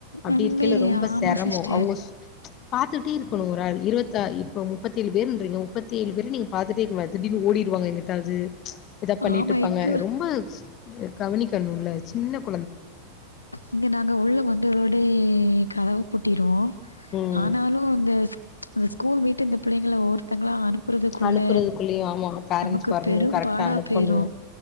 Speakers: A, on the left (about 35°); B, on the left (about 80°).
A: அப்டிருக்கைல
B: உண்மையிலே
A: ரொம்ப
B: ஆமா
A: செரமோ
B: சிஸ்டர்
A: அவுங்கசு பாத்துட்டேருக்கணு ஒராள் இருவத்தா இப்பொ முப்பத்தேலு பேருன்ற்றிங்க முப்பத்தேலு பேர நீங் பாத்துட்டேருக்மா திடீனு ஓடிருவாங்க எங்குட்டாவது எதப் பண்ணிட்டுருப்பாங்க
B: ஆமா எங்க
A: ரொம்ப ஸ் கவனிக்கணுல்ல ச்சின்னப்
B: இங்க நாங்க உள்ள வந்தரோல் அப்டியே கதவப் பூட்டிருவோம்
A: ம்
B: ஆனாலு அந்த சு அந்த ஸ்கூல் வீட்டிந்த பிள்ளைங்கள ஒவ்வொருத்தங்களா அனுப் அனுப்பறதுக்குள்ள
A: அனுப்புறதுக்குள்ளயு ஆமா பேரண்ட்ஸ்
B: நமக்கு
A: வரணு
B: பெரும்
A: கரெக்டா
B: பாடா
A: அனுப்பணு
B: போயிரு